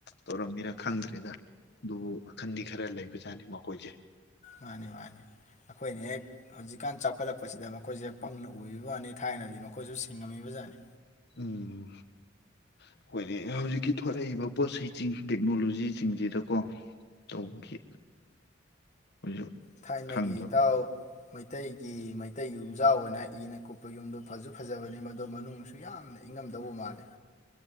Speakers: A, on the left; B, on the left.
A: ꯇꯧꯔꯝꯃꯤꯔꯥ ꯈꯪꯗ꯭ꯔꯦꯗ ꯑꯗꯨꯕꯨ ꯋꯥꯈꯟꯗꯤ ꯈꯔ ꯂꯩꯕꯖꯥꯠꯅꯤ ꯃꯈꯣꯏꯁꯦ
B: ꯃꯥꯅꯤ ꯃꯥꯅꯤ ꯑꯩꯈꯣꯏꯅ ꯍꯦꯛ ꯍꯧꯖꯤꯛꯀꯥꯟ ꯆꯥꯎꯈꯠꯂꯛꯄꯁꯤꯗ ꯃꯈꯣꯏꯁꯦ ꯄꯪꯅ ꯎꯕꯤꯕ ꯋꯥꯅꯤ ꯊꯥꯏꯅꯗꯤ ꯃꯈꯣꯏꯁꯨ ꯁꯤꯡꯉꯝꯃꯤꯕꯖꯥꯠꯅꯤ
A: ꯎꯝ ꯑꯩꯈꯣꯏꯗꯤ ꯍꯧꯖꯤꯛꯀꯤ ꯊꯣꯂꯛꯏꯕ ꯄꯣꯠ ꯆꯩꯁꯤꯡ ꯇꯦꯛꯅꯣꯂꯣꯖꯤꯁꯤꯡꯁꯤꯗꯀꯣ ꯇꯧꯕꯒꯤ ꯑꯈꯣꯏꯖꯨ
B: ꯊꯥꯏꯅꯒꯤ
A: ꯈꯪꯗꯕ
B: ꯏꯇꯥꯎ ꯃꯩꯇꯩꯒꯤ ꯃꯩꯇꯩ ꯌꯨꯝꯖꯥꯎꯅ ꯍꯥꯏꯗꯤ ꯏꯅ ꯀꯨꯞꯄ ꯌꯨꯝꯗꯣ ꯐꯖ ꯐꯖꯕꯅꯤ ꯃꯗꯣ ꯃꯅꯨꯡꯁꯨ ꯌꯥꯝꯅ ꯏꯪꯉꯝꯗꯧꯕ ꯃꯥꯜꯂꯦ